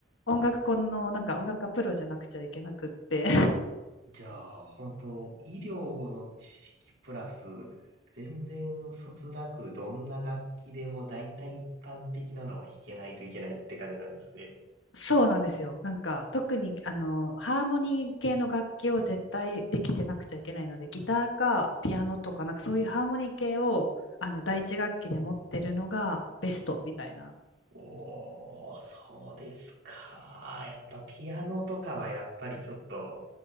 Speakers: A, on the left; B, on the right.
A: 音楽家の、なんか音楽家プロじゃなくちゃいけなくって、
B: じゃあ、本当医療の知識プラス、全然そつなくどんな楽器でも大体一般的なのは弾けないといけないって感じなんですね。
A: そうなんですよ。なんか特にあのハーモニー系の楽器を絶対できてなくちゃいけないのでギターかピアノとかなんかそういうハーモニー系をあの第一楽器で持ってるのがベストみたいな。
B: おー、そうですか。やっぱピアノとかはやっぱりちょっと、